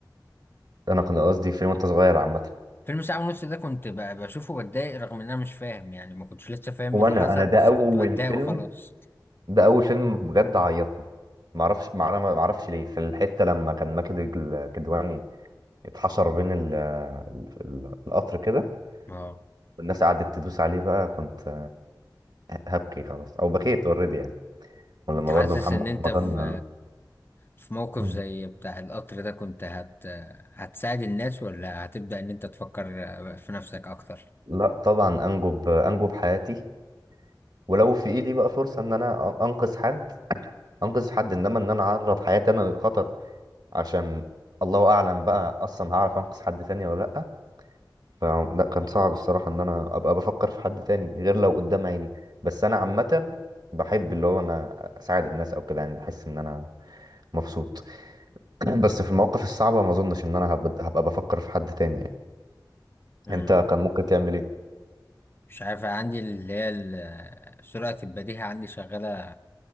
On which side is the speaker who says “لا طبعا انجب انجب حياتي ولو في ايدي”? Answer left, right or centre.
Right